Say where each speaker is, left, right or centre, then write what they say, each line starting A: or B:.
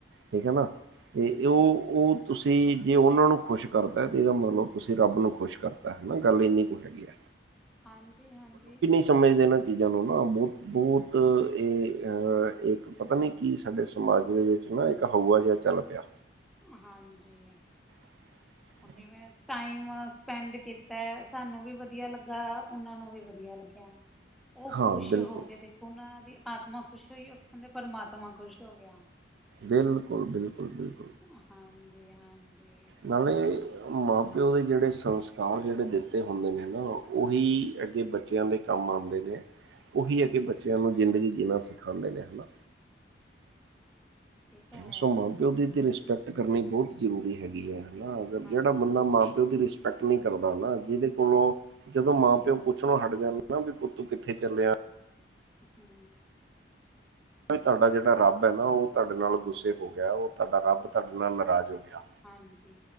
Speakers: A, on the right; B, in the centre.
A: ਠੀਕ ਏ ਨਾ। ਤੇ ਓ-ਓ ਤੁਸੀਂ ਜੇ ਓਨਾਂ ਨੂੰ ਖੁਸ਼ ਕਰਤਾ ਤੇ ਏਦਾ ਮਤਲਬ ਤੁਸੀਂ ਰੱਬ ਨੂੰ ਖੁਸ਼ ਕਰਤਾ। ਤਾਂ ਹੈਨਾ ਗੱਲ ਐਨੀ ਕੁ ਹੈਗੀ ਆ।
B: ਹਾਂਜੀ-ਹਾਂਜੀ।
A: ਸਮਝਦੇ ਨਾ ਚੀਜ਼ਾਂ ਨੂੰ ਨਾ ਬੋਤ ਬੋਤ ਏਹ ਅਹ ਏਕ ਪਤਾ ਨੀ ਕੀ ਸਾਡੇ ਸਮਾਜ ਦੇ ਵਿੱਚ ਨਾ ਏਕ ਏਕ ਹਊਆ ਜਿਆ ਚੱਲ ਪਿਆ।
B: ਹਾਂਜੀ।
A: <unintelligible>
B: ਹੁਣ ਜਿਵੇਂ ਟਾਈਮ ਸਪੈਂਡ ਕੀਤਾ ਸਾਨੂੰ ਵੀ ਵਧੀਆ ਲੱਗਾ ਓਨਾਂ ਨੂੰ ਵੀ ਵਧੀਆ ਲੱਗਿਆ। <unintelligible> ਓ
A: ਹਾਂ
B: ਖੁਸ਼
A: ਬਿਲਕੁਲ
B: ਹੋ ਕੇ ਦੇਖੋ ਓਨਾ ਦੀ ਆਤਮਾ ਖੁਸ਼ ਹੋਈ ਓ ਕੈਂਦੇ ਪਰਮਾਤਮਾ ਖੁਸ਼ ਹੋ ਗਿਆ।
A: ਬਿਲਕੁਲ-ਬਿਲਕੁਲ-ਬਿਲਕੁਲ।
B: ਹਾਂਜੀ-ਹਾਂਜੀ।
A: ਨਾਲੇ ਮਾਂ-ਪਿਓ ਦੇ ਜੇੜੇ ਸੰਸਕਾਰ ਜੇੜੇ ਦਿੱਤੇ ਹੁੰਦੇ ਨੇ ਨਾ ਓਹੀ ਅੱਗੇ ਬ ਬੱਚਿਆਂ ਦੇ ਕੰਮ ਆਂਦੇ ਨੇ, ਓਹੀ ਅੱਗੇ ਬੱਚਿਆਂ ਨੂੰ ਜ਼ਿੰਦਗੀ
B: ਹਾਂਜੀ
A: ਜੀਣਾ
B: ਹਾਂਜੀ।
A: ਸਿਖਾਂਦੇ ਨੇ ਹੈ ਨਾ।
B: ਇਹ ਤਾਂ ਹੈ
A: ਸੋ
B: ਜੀ।
A: ਮਾਂ-ਪਿਓ ਦੀ ਤੇ ਰਿਸਪੈਕਟ ਕਰਨੀ ਬੋਹਤ ਜ਼ਰੂਰੀ ਹੈਗੀ ਐ। ਹੈਨਾ ਅਗਰ
B: ਹਾਂਜੀ।
A: ਜੇੜਾ ਬੰਦਾ ਮਾਂ-ਪਿਓ ਦੀ ਰਿਸਪੈਕਟ ਪੈਕਟ ਨੀ ਕਰਦਾ ਨਾ ਜੇਦੇ ਕੋਲੋਂ ਜਦੋਂ ਮਾਂ-ਪਿਓ ਪੁੱਛਣੋ ਹਟ ਜਾਂਦੇ ਨਾ ਵੀ ਪੁੱਤ ਕਿੱਥੇ ਚੱਲਿਆ।
B: ਹੂੰ।
A: ਵੀ ਤਾਡਾ ਜੇੜਾ ਰੱਬ ਏ ਨਾ ਓ ਤਾਡੇ ਨਾਲ ਗੁੱਸੇ ਹੋ ਗਿਆ ਓ ਤਾਡਾ ਰੱਬ ਤਾਡੇ ਨਾਲ ਨਾਰਾਜ਼ ਹੋ ਗਿਆ।
B: ਹਾਂਜੀ।